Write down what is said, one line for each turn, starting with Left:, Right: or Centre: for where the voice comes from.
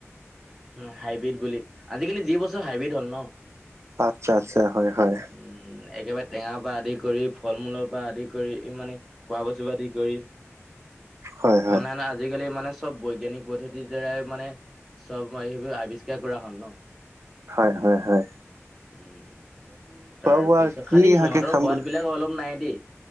Centre: উম হাইব্ৰীড বুলি আজিকালি যি বস্তু হাইব্ৰীড হ'ল ন
Right: আচ্ছা আচ্ছা হয়
Centre: উম
Right: হয়
Centre: উম। উম একেবাৰে টেঙাৰ পৰা আদি কৰি ফল মূলৰ পৰা আদি কৰি ই মানে। খোৱা বস্তু আদি কৰি
Right: হয় হয়
Centre: অনলাইন আজিকালি মানে। চব বৈজ্ঞানিক পদ্ধতিৰ দ্বাৰাই মানে চব সেইবোৰ আৱিষ্কাৰ কৰা হ'ল ন।
Right: হয়-হয়-হয়।
Centre: উম তাৰপিছত
Right: বোৱা কি
Centre: খালি সিহঁতৰ
Right: শাকে খাম
Centre: সোৱাদ
Right: বুলি
Centre: বিলাক অলপ নাই দেই।